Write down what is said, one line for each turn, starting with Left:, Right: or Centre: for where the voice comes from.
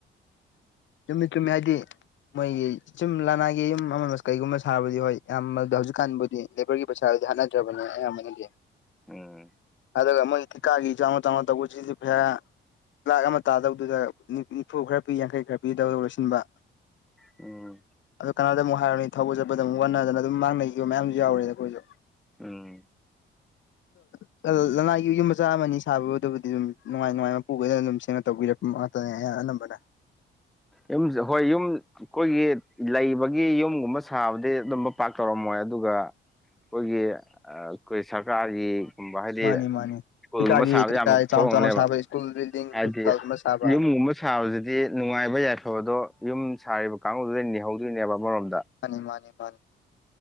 Left: ꯆꯨꯝꯃꯤ ꯆꯨꯝꯃꯤ ꯍꯥꯏꯗꯤ ꯃꯣꯏꯒꯤ ꯁꯨꯝ ꯂꯅꯥꯏꯒꯤ ꯌꯨꯝ ꯑꯃꯒ ꯀꯩꯒꯨꯝꯕ ꯁꯥꯕꯨꯗꯤ ꯍꯣꯏ ꯌꯥꯝꯕꯗ ꯍꯧꯖꯤꯛꯀꯥꯟꯕꯨꯗꯤ ꯂꯦꯕꯔꯒꯤ ꯄꯩꯁꯥꯗꯨꯗꯤ ꯍꯥꯠꯅꯗ꯭ꯔꯕꯅꯦ ꯑꯌꯥꯝꯕꯅꯗꯤ
Centre: ꯎꯝ
Left: ꯑꯗꯨꯒ ꯃꯣꯏ ꯊꯤꯀꯥꯒꯤ <inaudible> ꯇꯧꯕꯁꯤꯗꯤ <inaudible> ꯂꯥꯛ ꯑꯃ ꯇꯥꯗꯧꯗꯨꯗ ꯅꯤꯞ ꯅꯤꯐꯨ ꯈꯔ ꯄꯤ ꯌꯥꯡꯈꯩ ꯈꯔ ꯄꯤ ꯄꯤꯗꯧꯔ ꯂꯣꯏꯁꯤꯟꯕ
Centre: ꯎꯝ
Left: ꯑꯗꯨ ꯀꯅꯥꯗ ꯑꯃꯨꯛ ꯍꯥꯏꯔꯅꯤ ꯊꯧꯕ ꯆꯠꯄꯗ ꯑꯃꯨꯛ ꯑꯣꯟꯅꯗꯅ ꯑꯗꯨꯝ ꯃꯥꯡꯅꯈꯤꯕ ꯃꯌꯥꯝꯁꯨ ꯌꯥꯎꯔꯦ ꯑꯩꯈꯣꯏꯁꯨ
Centre: ꯎꯝ
Left: ꯑꯗꯣ ꯂꯅꯥꯏꯒꯤ ꯌꯨꯝ ꯃꯆꯥ ꯑꯃꯅꯤ ꯁꯥꯕꯗꯨꯕꯨꯗꯤꯝ ꯅꯨꯡꯉꯥꯏ ꯅꯨꯡꯉꯥꯏꯕ ꯄꯨꯈꯅ ꯑꯗꯨꯝ ꯁꯦꯡꯅ ꯇꯧꯕꯤꯔꯛꯄ ꯑꯗꯨꯝꯕ ꯉꯥꯛ ꯇꯅꯦ ꯑꯅꯝꯕꯅ
Centre: ꯌꯨꯝꯁꯤꯗ ꯍꯣꯏ ꯌꯨꯝ ꯑꯩꯈꯣꯏꯒꯤ ꯂꯩꯕꯒꯤ ꯌꯨꯝꯒꯨꯝꯕ ꯁꯥꯕꯗꯤ ꯑꯗꯨꯝꯕ ꯄꯥꯛꯔ ꯇꯧꯔꯝꯃꯣꯏ ꯑꯗꯨꯒ ꯑꯩꯈꯣꯏꯒꯤ ꯑ ꯑꯩꯈꯣꯏ ꯁꯔꯀꯥꯔꯒꯤ ꯒꯨꯨꯝꯕ ꯍꯥꯏꯗꯤ
Left: ꯃꯥꯅꯤ ꯃꯥꯅꯤ
Centre: ꯁ꯭ꯀꯨꯜꯒꯨꯝꯕ
Left: ꯀꯩꯀꯥꯒꯤ
Centre: ꯁꯥꯕ
Left: ꯀꯩꯀꯥ
Centre: ꯌꯥꯝ
Left: ꯆꯥꯎꯅ
Centre: ꯊꯣꯛꯣꯡꯑꯒꯅꯦꯕ
Left: ꯆꯥꯎꯅ ꯁꯥꯕ ꯁ꯭ꯀꯨꯜ ꯕꯤꯜꯗꯤꯡ
Centre: ꯍꯥꯏꯗꯤ
Left: ꯍꯣꯁꯄꯤꯇꯥꯜꯒꯨꯝꯕ ꯁꯥꯕ
Centre: ꯌꯨꯝꯒꯨꯝꯕ ꯌꯨꯝ ꯁꯥꯕꯁꯤꯗꯤ ꯅꯨꯡꯉꯥꯏꯕ ꯌꯥꯏꯐꯕꯗꯣ ꯌꯨꯝ ꯁꯥꯔꯤꯕ ꯀꯥꯡꯕꯨꯗꯨꯗ ꯅꯤꯍꯧꯗꯣꯏꯅꯦꯕ ꯑꯃꯔꯣꯝꯗ
Left: ꯃꯥꯅꯤ ꯃꯥꯅꯤ ꯃꯥꯅꯤ